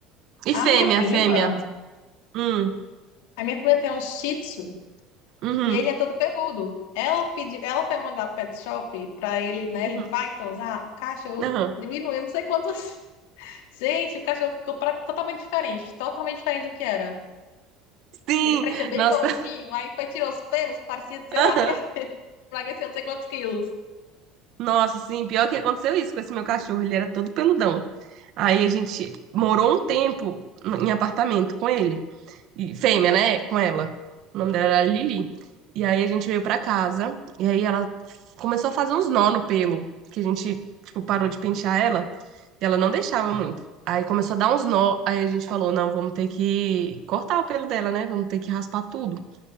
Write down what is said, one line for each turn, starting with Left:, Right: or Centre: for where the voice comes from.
Right: E
Left: a
Right: fêmea,
Left: minha prima.
Right: fêmea. Hum,
Left: A minha filha tem um Shih Tzu
Right: uhum,
Left: e ele é todo peludo. Ela pediu, ela foi mandar pro pet shop para ele, né,
Right: uhum,
Left: limpar e tosar. O cachorro
Right: aham.
Left: diminuiu, não sei quantos. <laughs> Gente, o cachorro ficou pra- totalmente diferente, totalmente diferente do que era.
Right: Sim,
Left: Ele parecia bem
Right: nossa,
Left: gordinho, aí foi tirar os pelos, parecia, sei
Right: <laughs>
Left: lá, tá <laughs> emagrecendo não sei quantos quilos.
Right: nossa, sim, pior que aconteceu isso com esse meu cachorro, ele era todo peludão. Aí a gente morou um tempo em apartamento com ele, e fêmea, né, com ela. O nome dela era Lili. E aí a gente veio pra casa, e aí ela começou a fazer uns nó no pelo, que a gente, tipo, parou de pentear ela, e ela não deixava muito. Aí começou a dar uns nó, aí a gente falou, não, vamos ter que cortar o pelo dela, né? Vamos ter que raspar tudo.